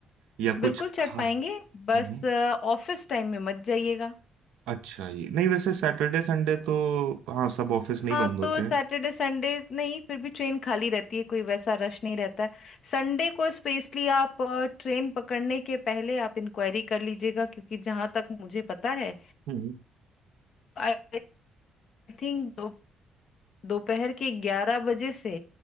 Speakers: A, on the right; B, on the left.
A: या कुछ
B: बिल्कुल चढ़
A: खा
B: पाएंगे बस
A: हम्म,
B: ऑफिस टाइम में मत जाइएगा
A: अच्छा ये नहीं वैसे सैटरडे संडे तो हाँ सब ऑफिस नहीं
B: हाँ
A: बंद होते
B: तो सैटरडे
A: हैं
B: संडे नहीं फिर भी ट्रेन खाली रहती है कोई वैसा रश नहीं रहता है संडे को स्पेशली आप ट्रेन पकड़ने के पहले आप इंक्वायरी कर लीजिएगा क्योंकि जहाँ तक मुझे पता है
A: हम्म
B: आई थिंक दोपहर के ग्यारह बजे से